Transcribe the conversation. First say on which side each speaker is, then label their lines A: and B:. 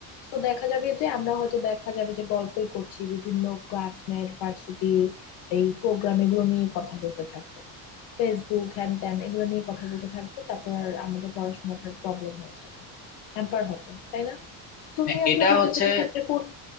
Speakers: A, on the left; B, on the left.
A: তো দেখা যাবে যে আমরা হয়তো দেখা যাবে যে গল্পই করছি বিভিন্ন ক্লাসমেট ভার্সিটি এই প্রোগ্রাম এগুলো নিয়ে কথা বলতে থাকবো ফেসবুক হ্যান ত্যান এগুলো নিয়ে কথা বলতে থাকবো তারপর আর আমাদের পড়াশোনাটার প্রবলেম হয়ে যাবে হ্যাম্পার হবে তাই না তুমি
B: হ্যাঁ
A: আসলে
B: এটা
A: গ্রুপ
B: হচ্ছে
A: স্টাডির ক্ষেত্রে কোন